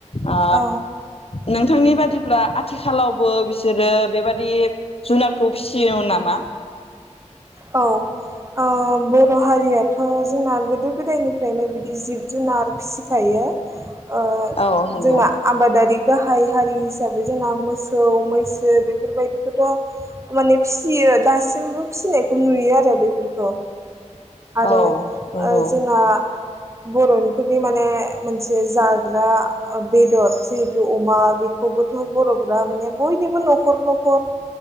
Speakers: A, on the left (about 50°); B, on the right (about 25°).
A: आ
B: औ
A: नों थांनि बादिब्ला आथिखालावबो बिसोरो बेबादि जुनारखौ फिसियो नामा?
B: औ ओ बर हारियाथ जोंना गोदो गोदायनिफ्रायनो बिदि जिब जुनार फिसिखायो। ओ
A: औ नंगौ
B: जोंना आबादारि गाहाय हारि हिसाबै जोंना मोसौ मैसो बेफोरबायदिखौथ माने फिसियो दासिमबो फिसिनाय नुयो आरो बेफोरखौ आरो
A: औ नंगौ
B: ओ जोंना बरनिथ बे माने मोनसे जाग्रा बेदर जिहेथु अमा बेखौबोथ बरफोरा माने बयनिबो नखर नखर